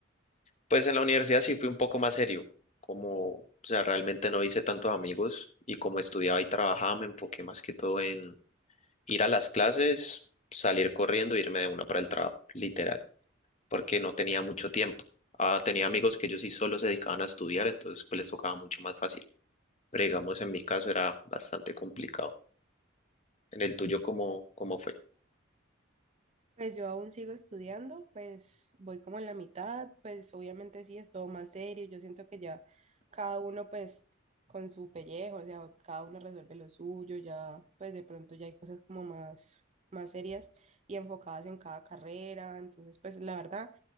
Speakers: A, on the left (about 35°); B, on the right (about 35°).
A: Pues en la universidad sí fui un poco más serio, como, o sea, realmente no hice tantos amigos y como estudiaba y trabajaba me enfoqué más que todo en ir a las clases, salir corriendo, e irme de una para el trabajo, literal, porque no tenía mucho tiempo. Ah, tenía amigos que ellos sí solo se dedicaban a estudiar, entonces pues les tocaba mucho más fácil, pero digamos en mi caso era bastante complicado. En el tuyo, ¿cómo, cómo fue?
B: Pues yo aún sigo estudiando, pues voy como en la mitad, pues obviamente sí es todo más serio, yo siento que ya cada uno pues con su pellejo, o sea, cada uno resuelve lo suyo, ya pues de pronto ya hay cosas como más, más serias y enfocadas en cada carrera, entonces pues la verdad,